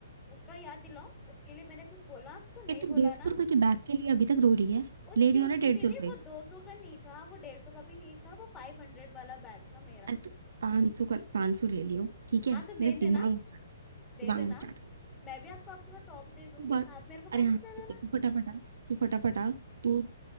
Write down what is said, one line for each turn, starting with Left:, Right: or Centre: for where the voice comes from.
Left: उसका याद दिलाओ उसके लिए मैंने कुछ बोला आपको नहीं
Right: ये तो
Left: बोला
Right: डेढ़
Left: ना
Right: सौ रुपए के बैग के लिए अभी तक रो रही है
Left: एक्सक्यूज
Right: ले रही हो ना
Left: मी
Right: डेढ़
Left: दीदी
Right: सौ रुपए
Left: वो दो सौ का नहीं था वो डेढ़ सौ का भी नहीं था वो फाइव हंड्रेड वाला बैग था मेरा
Right: अरे तो पाँच सौ का पाँच सौ ले लियो ठीक है
Left: हाँ तो दे
Right: मेरा
Left: देना
Right: दिमाग मत चाट
Left: दे
Right: दिमाग
Left: देना
Right: मत चाट
Left: मैं भी आपको आपका टॉप दे दूंगी
Right: तू बस
Left: आप मेरे को
Right: अरे
Left: पैसे
Right: हाँ
Left: दे
Right: ठीक
Left: देना
Right: है तू फटाफट आ तू फटाफट आ तू